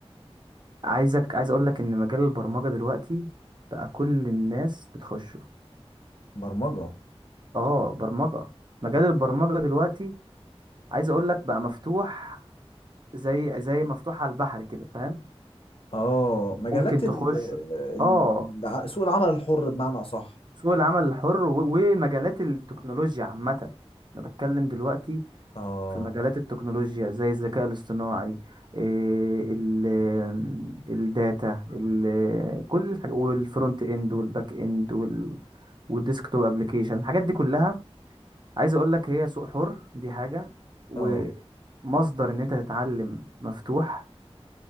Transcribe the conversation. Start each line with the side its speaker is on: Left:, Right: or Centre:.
Right: عايزك عايز اقول لك ان مجال البرمجه دلوقتي بقى كل الناس بتخشه
Left: برمجة
Right: اه برمجه مجال البرمجه دلوقتي عايز اقول لك بقى مفتوح زي زي مفتوح على البحر كده فاهم
Left: اه مجالات
Right: ممكن
Left: ال
Right: تخش
Left: ال-
Right: اه
Left: الع- سوق العمل الحر بمعنى اصح
Right: سوق العمل الحر و- ومجالات التكنولوجيا عامه انا بتكلم دلوقتي
Left: اه
Right: في مجالات التكنولوجيا زي الذكاء الاصطناعي إيه، ال الداتا ال كل الحاجة والفرونت اند والباك اند وال والديسكتوب ابلكيشن الحاجات دي كلها عايز اقول لك هي سوق حر دي حاجة ومصدر
Left: اه
Right: ان انت تتعلم مفتوح